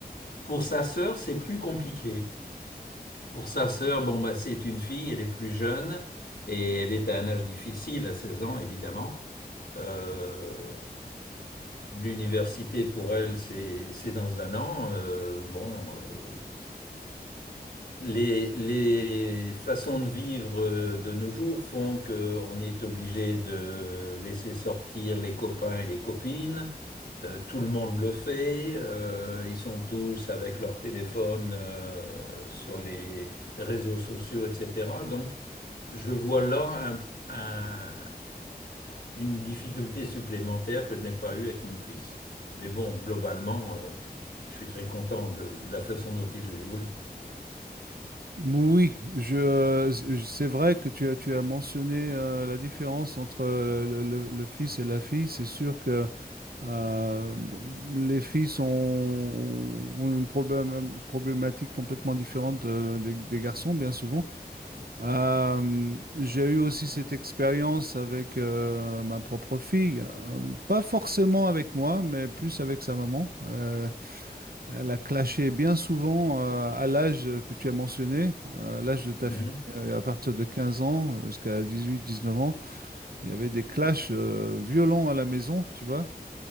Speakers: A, on the left; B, on the right.
A: Pour sa sœur, c'est plus compliqué. Pour sa sœur, bon, bah, c'est une fille, elle est plus jeune et elle est à un âge difficile, à 16 ans évidemment. Euh, l'université pour elle, c'est c'est dans un an. Euh, bon, euh, les, les façons de vivre euh, de nos jours font qu'on est obligé de laisser sortir les copains et les copines. Euh, tout le monde le fait. Euh, ils sont tous avec leur téléphone euh, sur les réseaux sociaux, etc. Donc, je vois là un- un- une difficulté supplémentaire que je n'ai pas eue avec mon fils. Mais bon, globalement, euh, je suis très content de, de la façon dont il évolue.
B: Oui, je, je- c'est vrai que tu as, tu as mentionné euh, la différence entre euh, le, le- le fils et la fille. C'est sûr que euh, les fils ont, ont une problème, problématique complètement différente euh, des, des garçons, bien souvent. Euh, j'ai eu aussi cette expérience avec euh, ma propre fille, Euh, pas forcément avec moi, mais plus avec sa maman. Euh, elle a clashé bien souvent euh, à l'âge que tu as mentionné, euh, à l'âge de ta
A: Mhm.
B: fille, euh, à partir de 15 ans jusqu'à 18-19 ans. Il y avait des clashs euh, violents à la maison, tu vois.